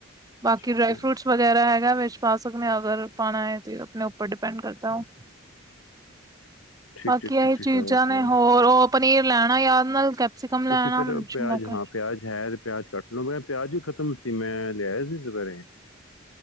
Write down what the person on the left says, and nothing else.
ਠੀਕ
ਹੈ
ਹੂੰ,
ਠੀਕ
ਠੀਕ
ਠੀਕ ਠੀਕ
ਸਾਰਾ ਸਮਾਨ
ਤੁਸੀਂ
ਫਿਰ
ਪਿਆਜ਼
ਹਾਂ ਪਿਆਜ਼ ਹੈ ਤੇ ਪਿਆਜ਼ ਕੱਟ ਲੋ, ਮੈਂ ਪਿਆਜ਼ ਵੀ ਖਤਮ ਸੀ, ਮੈਂ ਲਿਆਇਆ ਸੀ ਦੁਪੈਰੇ?